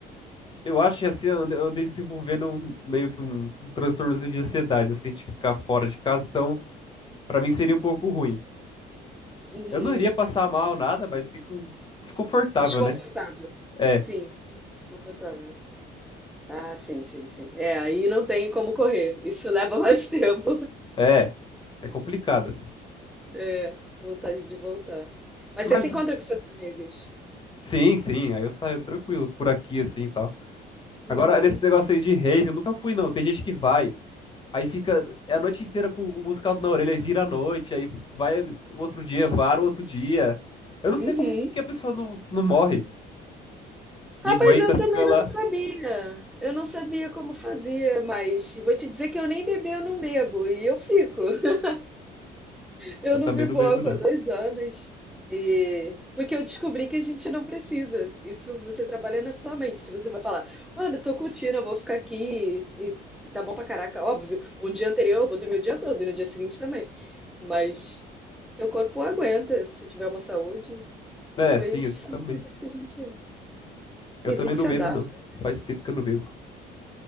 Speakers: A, on the left; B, in the centre.
A: Eu acho que assim, eu ande- eu andei desenvolvendo um- meio que um transtorno de ansiedade, assim, de ficar fora de casa. Então, pra mim seria um pouco ruim.
B: Uhum.
A: Eu não iria passar mal nada, mas fico desconfortável,
B: Desconfortável.
A: né? É,
B: Sim, desconfortável. Ah, sim, sim, sim. É, aí não tem como correr. Isso leva mais <laughs> tempo.
A: é, é complicado.
B: É, vontade de voltar. Mas
A: Mas
B: você se encontra com seus amigos.
A: sim, sim, aí eu saio tranquilo por aqui assim e tal.
B: Uhum.
A: Agora, nesse negócio aí de rave, eu nunca fui não. Tem gente que vai, aí fica é a noite inteira com o musical na orelha, aí vira a noite, aí vai o outro dia, vara o outro dia. Eu não
B: Uhum.
A: sei como que que a pessoa não, não morre. E
B: Rapaz,
A: aguenta
B: eu também
A: ficar lá.
B: não sabia. Eu não sabia como fazia, mas vou te dizer que eu nem beber, eu não bebo. E eu fico. <laughs> Eu
A: Eu também
B: não bebo
A: não bebo,
B: álcool
A: não.
B: há dois anos. E... Porque eu descobri que a gente não precisa. Isso você trabalha na sua mente. Se você vai falar, mano, eu tô curtindo, eu vou ficar aqui e tá bom pra caraca. Óbvio, um dia anterior eu vou dormir o dia todo e no dia seguinte também. Mas teu corpo aguenta se tiver uma saúde.
A: É,
B: Depois
A: sim, essa
B: são
A: também.
B: coisas que a gente,
A: Eu
B: que a
A: também
B: gente
A: não
B: se
A: bebo,
B: adapta.
A: não. Faz tempo que eu não bebo.